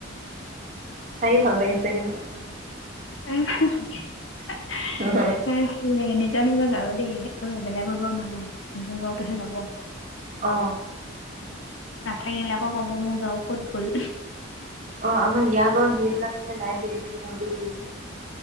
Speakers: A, on the right; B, on the left.
A: চাই ভাল লাগিছে কিন্তু
B: এ হে হে
A: অ',
B: হয় ভাল লাগে নিজ নিজৰ নিজৰ গাৰু দেই বেলেগৰ গাৰু নলয় নিজৰ গাৰুতোহে ল'ব
A: অ
B: নাথাকিলে আকৌ কব মোৰ গাৰু ক'ত গ'ল
A: অ আমাৰ ইয়াৰ বাৰু সেইবিলাক মানে নাই মোৰত ত